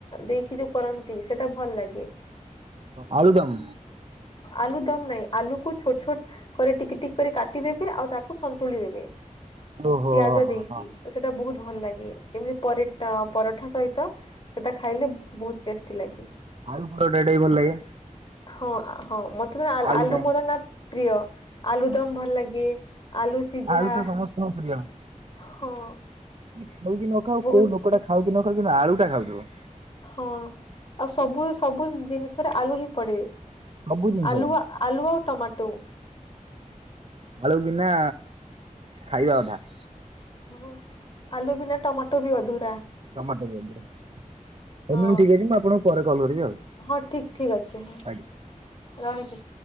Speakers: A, on the left (about 40°); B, on the right (about 45°).
A: ଦେଇକି ଯୋଉ କରନ୍ତି ସେଟା ଭଲ ଲାଗେ।
B: ଆଳୁଦମ୍
A: ଆଲୁ ଦମ ନାହିଁ ଆଲୁକୁ ଛୋଟ ଛୋଟ କରି ଟିକ ଟିକ କରି କାଟିଦେବେ ଆଉ ତାକୁ ସନ୍ତ୍ ସନ୍ତୁଳି ଦେବେ
B: ଓହୋ
A: ପିଆଜ
B: ହୋ
A: ଦେଇକି
B: ହଁ
A: ସେଟା ବହୁତ ଭଲ ଲାଗେ ଏଭଳି ପରେଟ ପରଟା ସହିତ ସେଟା ଖାଇଲେ ବହୁତ ଟେଷ୍ଟି ଲାଗେ।
B: ଆଳୁ ପରଟା ଟା ବି ଭଲ ଲାଗେ
A: ହଁ ହଁ ମତେ ଆଲ୍
B: ଆଳୁଟା
A: ଆଳୁ ମୋର ନା ପ୍ରିୟ। ଆଳୁ ଦମ ଭଲ ଲାଗେ ଆଳୁ ସିଝା
B: ଆଳୁ ତ ସମସ୍ତଙ୍କ ପ୍ରିୟ।
A: ହଁ।
B: ଖାଉ କି ନ ଖାଉ
A: ବହୁତ
B: କୋଉ ଲୋକଟା ଖାଉ କି ନ ଖାଉ ସେ ଆଳୁ ଟା ଖାଉଥିବ।
A: ହଁ ଆଉ ସବୁ ସବୁ ଜିନିଷରେ ଆଲୁ ହିଁ ପଡେ।
B: ସବୁ ଜିନିଷରେ
A: ଆଲୁ ଆଲୁ ଆଉ ଟମାଟୋ।
B: ଆଳୁ ବିନା ଖାଇବା ଅଧା।
A: ହଁ ଆଲୁ ବିନା ଟମାଟୋ ବି ଅଧୁରା।
B: ଟମାଟୋ ହଉ ମ୍ୟାଡାମ
A: ହଁ
B: ଠିକ ଅଛି ମୁଁ ଆପଣଙ୍କୁ ପରେ କଲ୍ କରିବି ଆଉ
A: ହଁ ଠିକ ଠିକ ଅଛି ହଁ
B: ଆଜ୍ଞା।
A: ରହିଲି।